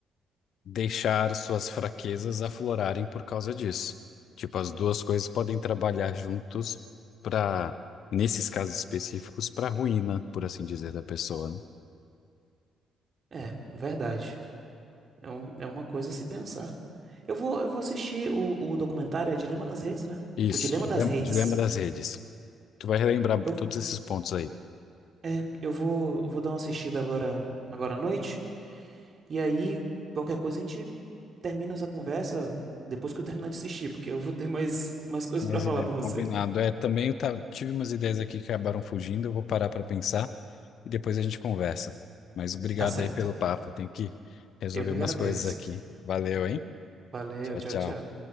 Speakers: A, on the left (about 55°); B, on the right (about 40°).
A: deixar suas fraquezas aflorarem por causa disso. Tipo, as duas coisas podem trabalhar juntos para, nesses casos específicos, para ruína, por assim dizer, da pessoa, né?
B: É, verdade. É, um, é uma coisa a se pensar. Eu vou, eu vou assistir o, o documentário, é Dilema nas Redes, né?
A: Isso,
B: O Dilema
A: dilema,
B: das Redes.
A: dilema das redes. Tu vai relembrar
B: Eu,
A: todos esses pontos aí.
B: é, eu vou, vou dar uma assistida agora, agora à noite. E aí, qualquer coisa, a gente termina essa conversa depois que eu terminar de assistir, porque eu vou ter mais, mais coisas
A: Mas
B: pra falar
A: é,
B: pra você.
A: combinado. É, também eu ta- tive umas ideias aqui que acabaram fugindo, eu vou parar para pensar e depois a gente conversa. Mas obrigado
B: Tá certo.
A: aí pelo papo, eu tenho que resolver
B: Eu que
A: umas
B: agradeço.
A: coisas aqui. Valeu, hein?
B: Valeu,
A: Tchau,
B: tchau,
A: tchau.
B: tchau.